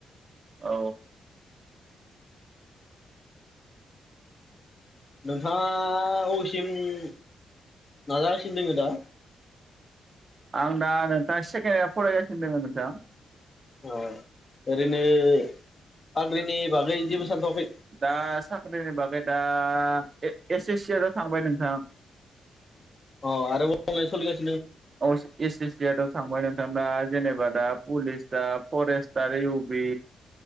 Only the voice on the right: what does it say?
औ
आं दा नोंथां सेकण यार फराय गसिनो नोंथां
दा साख्रिनि बागै दा एस ए सियाव थांबाय नोंथां
औ एसे एस सियाथ' थांबाय ना? ना जेनेबा दा पुलिस दा फरेस्टा इउ बि